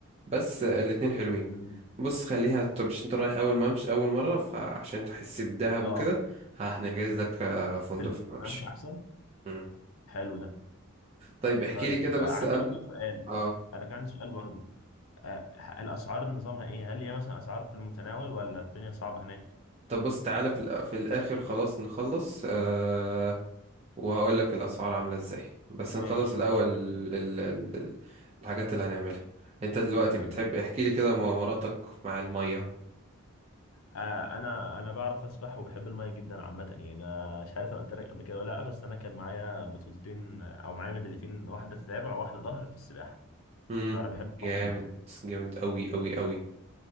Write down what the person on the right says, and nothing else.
بس آه، الاتنين حلوين
بص خليها انت مش انت رايح اول ممشى اول مرة فعشان تحس بدهب
وكده هنجهز لك آه، فندق
في الممشى
مم.
طيب احكي
لي كده
بس
قبل
اه
طب بص تعالى في الأ- في الاخر خلاص نخلص آه وهقول لك الاسعار عامله ازاي بس
نخلص الاول
ال... ال... ال... الحاجات اللي هنعملها انت دلوقتي
بتحب
احكي لي كده مغامراتك مع الميه
امم
جامد
جامد قوي قوي قوي